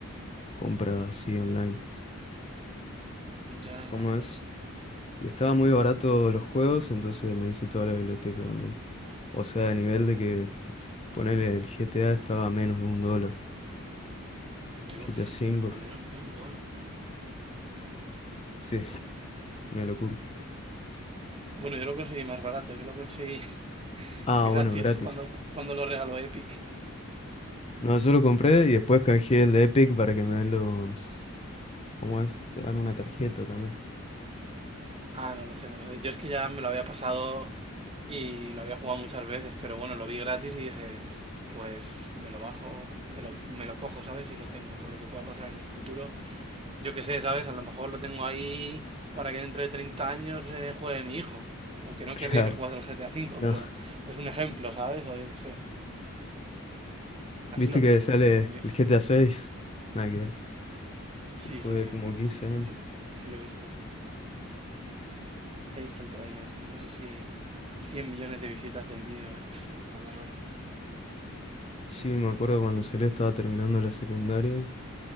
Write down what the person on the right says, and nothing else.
Ya,
ya,
ya.
Dios,
a menos de un dólar.
Bueno, yo lo conseguí más barato, yo lo conseguí <laughs>
gratis
cuando, cuando lo regaló Epic.
Pero,
ah, no lo sé, no lo sé. Yo es que ya me lo había pasado y lo había jugado muchas veces, pero bueno, lo vi gratis y dije, pues me lo bajo, me lo, me lo cojo, ¿sabes? Y lo tengo, por lo que pueda pasar en un futuro. Yo qué sé, ¿sabes? A lo mejor lo tengo ahí para que dentro de 30 años eh, juegue mi hijo. Aunque no
querría que jugase el GTA V,
pero es un ejemplo, ¿sabes? O yo qué sé. Así
lo
tengo.
en mi-
Sí,
sí,
sí.
Sí, lo
sí- sí lo he visto, sí. He visto el tráiler. No sé si 100 millones de visitas del vídeo en, en pocas horas.